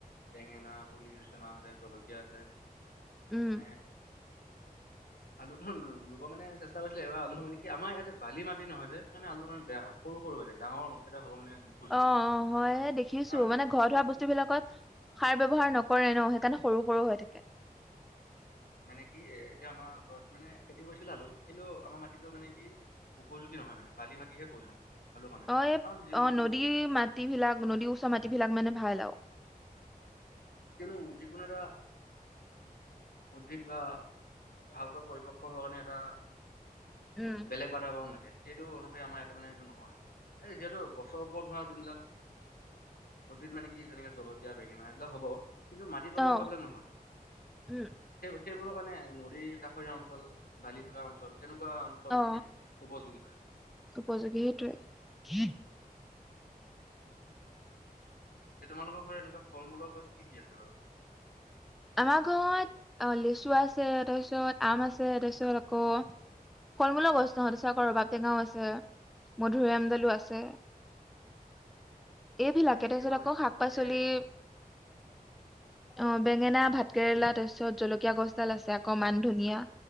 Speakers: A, on the left; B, in the centre.
A: বেঙেনা পুলি ৰুছে মাহঁতে জলকীয়া আছে।
B: উম।
A: মানে আলুটো ৰুব মানে চেষ্টা কৰিছিলে, এবাৰ আলু মানে কি আমাৰ ইয়াতে বালি মাটি নহয় যে মানে আলু বেয়া হয় সৰু সৰু হৈ থাকে, ডাঙৰ কেইতা হ'ব মানে নোখোজে
B: অহ', অহ', হয়, সেই দেখিছোঁ
A: কাৰণ
B: মানে ঘৰত
A: যিকোনো
B: হোৱা বস্তু বস্তুবিলাকত সাৰ ব্যৱহাৰ নকৰে ন' সেইকাৰণে সৰু সৰু হৈ থাকে।
A: মানে কি এতিয়া আমাৰ ঘৰত মানে খেতি কৰিছিল আলু কিন্তু আমাৰ মাটিটো মানে কি উপযোগী নহয় মানে বালি মাটিহে প্ৰয়োজন। আলুৰ কাৰণে
B: অ', এই
A: কাৰণ যি-
B: অহ নদী
A: যি-
B: মাটি বিলাক নদী উচৰৰ মাটিভিলাক মানে ভাল আৰু।
A: কিয়নো যিকোনো এটা উদ্ভিদ বা ভালকৈ পৰিপক্ক হোৱাৰ কাৰণে এটা
B: উম।
A: বেলেগ বাতাবৰণ লাগে। সেইটো অনুসৰি আমাৰ ইয়াত মানে এইটো নহয়। এই যিহেতু গছৰ ওপৰত হোৱা যোনবিলাক উদ্ভিদ মানে কি যেনেকে জলকীয়া বেঙেনা এইবিলাক হ'ব। কিন্তু মাটিৰ তলৰ
B: অ
A: হোৱা বিলাক নহয়।
B: উম
A: সেই, সেইবোৰৰ কাৰণে নদীৰ কাষৰীয়া অঞ্চল, বালি থকা অঞ্চল, তেনেকুৱা অঞ্চল
B: অ
A: মানে উপযোগী হয়।
B: উপযোগী সেইটোৱে।
A: এ তোমালোকৰ ঘৰত এনেকুৱা ফল মূলৰ গছ কিকি আছে বাৰু?
B: আমাৰ ঘৰত অ', লেচু আছে, তাৰপিছত আম আছে, তাৰপিছত আকৌ ফল মূলৰ গছ নহয়, তাৰ পাছত আকো ৰবাব টেঙাও আছে, মধুৰীআমদালো আছে। এইভিলাকে,
A: মানে কি
B: তাৰপিছত
A: তোমালোকে
B: আকৌ শাক
A: ঘৰতে
B: পাচলি অ'। বেঙেনা, ভাত কেৰেলা, তাৰ পিছত জলকীয়া গছডাল আছে আকো মান ধনীয়া।